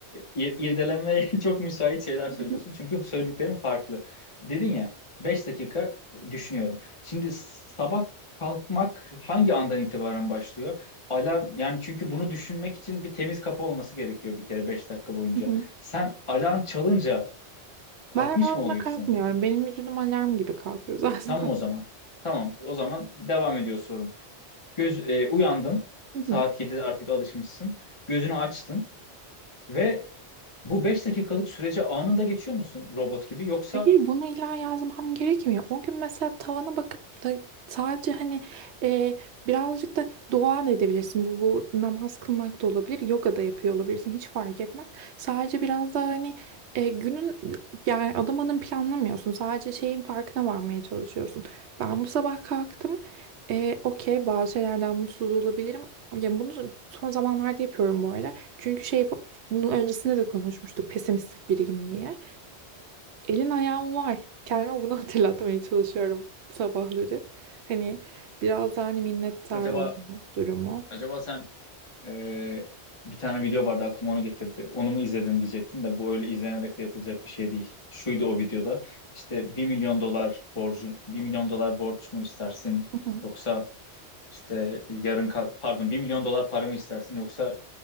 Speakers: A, on the left (about 25°); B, on the right (about 75°).
A: ir- irdelemeye <laughs> çok müsait şeyler söylüyorsun.
B: Hı hı,
A: Çünkü söylediklerin farklı. Dedin ya, 5 dakika düşünüyorum. Şimdi s- sabah kalkmak hangi andan itibaren başlıyor? Alarm yani çünkü bunu düşünmek için bir temiz kafa olması gerekiyor bir kere 5 dakika boyunca.
B: hı hı.
A: Sen alarm çalınca kalkmış
B: Ben alarma
A: mı oluyorsun?
B: kalkmıyorum. Benim vücudum alarm gibi kalkıyor <laughs> zaten.
A: Tamam o zaman. Tamam o zaman devam ediyor Göz e, uyandın.
B: Hı hı.
A: Saat 7'de artık alışmışsın. Gözünü açtın ve bu 5 dakikalık sürece anında geçiyor musun robot gibi yoksa
B: Hayır bunu illa yazmam gerekmiyor. O gün mesela tavana bakıp da sadece hani e, birazcık da dua da edebilirsin. Bu, bu namaz kılmak da olabilir. Yoga da yapıyor olabilirsin. Hiç fark etmez. Sadece biraz daha hani e, günün yani adım adım planlamıyorsun. Sadece şeyin farkına varmaya çalışıyorsun. Ben bu sabah kalktım. E, okey bazı şeylerden mutsuz olabilirim. Ya bunu son zamanlarda yapıyorum bu arada. Çünkü şey bunun öncesinde de konuşmuştuk pesimistik biriyim diye. Elin ayağım var. Kendime bunu <laughs> hatırlatmaya çalışıyorum sabahları. Hani biraz daha hani minnettar
A: acaba
B: olma durumu.
A: acaba sen e, bir tane video vardı aklıma onu getirdi. Onu mu izledin diyecektim de bu öyle izlenerek de yapılacak bir şey değil. Şuydu o videoda işte bir milyon dolar borcu bir milyon dolar borç mu istersin
B: Hı hı.
A: yoksa işte yarın kalk- pardon bir milyon dolar para mı istersin yoksa